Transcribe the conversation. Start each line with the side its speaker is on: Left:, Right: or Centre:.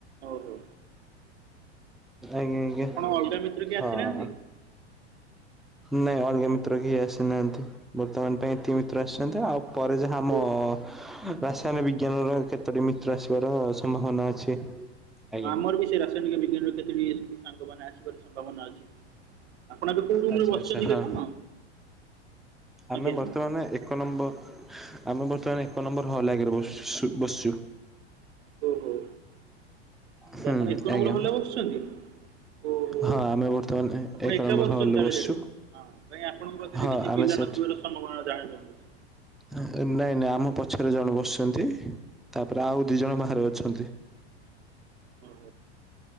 Right: ଓହୋ
Centre: ଆଜ୍ଞା
Right: ଆପଣ
Centre: ଆଜ୍ଞା
Right: ଅଲଗା ମିତ୍ର କିଏ
Centre: ହଁ।
Right: ଆସିନାହାନ୍ତି
Centre: ନାଇଁ ଅଲଗା
Right: ଆଜ୍ଞା
Centre: ମିତ୍ର କେହି ଆସିନାହାନ୍ତି ବର୍ତ୍ତମାନ ପାଇଁ ଏତିକି ମିତ୍ର ଆସିଛନ୍ତି ଆଉ ପରେ ଯାହା ଆମ
Right: ଓହୋ
Centre: ହ ରାସାୟନ ବିଜ୍ଞାନର କେତୋଟି ମିତ୍ର ଆସିବାର ସମ୍ଭାବନା ଅଛି। ଆଜ୍ଞା।
Right: ହଁ ଆମର ବି ସେ ରାସାୟନିକ ବିଜ୍ଞାନର କେତୋଟି ଏ ସବୁ ସାଙ୍ଗ ମାନେ ଆସିବାର ସମ୍ଭାବନା ଅଛି। ଆପଣ ଏବେ କୋଉ ରୁମ
Centre: ଆଚ୍ଛା
Right: ରେ ବସିଛନ୍ତି
Centre: ଆଚ୍ଛା ହଁ
Right: କି ଆପଣ?
Centre: ଆମେ
Right: ଆଜ୍ଞା
Centre: ବର୍ତ୍ତମାନ ଏକ ନମ୍ବର ଆମେ ବର୍ତ୍ତମାନ ଏକ ନମ୍ବର ହଲ୍ ଆଗରେ ବସିଛୁ ସୁ ବସିଛୁ।
Right: ଓ ହୋ
Centre: ହୁଁ
Right: ଆ ଆପଣ ଏକ ନମ୍ବର
Centre: ଆଜ୍ଞା।
Right: ହଲରେ ବସୁଛନ୍ତି। ଓହୋ
Centre: ହଁ ଆମେ ବର୍ତ୍ତମାନ
Right: ଆପଣ
Centre: ଏକ
Right: ଏକା
Centre: ନମ୍ବର
Right: ବସଛନ୍ତି
Centre: ହଲରେ
Right: ତାହେଲେ
Centre: ବସିଛୁ।
Right: ସେଠି ହଁ କାଇଁ ଆପଣଙ୍କ ପାଖରେ
Centre: ହଁ
Right: କିଛି
Centre: ଆମେ
Right: ପିଲା।
Centre: ସେଠି
Right: <inaudible> ସମ୍ଭବନା ଯାହା ରହୁଚି।
Centre: ନାଇଁ ନାଇଁ ଆମ ପଛରେ ଜଣେ ବସିଛନ୍ତି। ତାପରେ ଆଉ ଦି ଜଣ ବାହାରେ ଅଛନ୍ତି।
Right: ହଁ।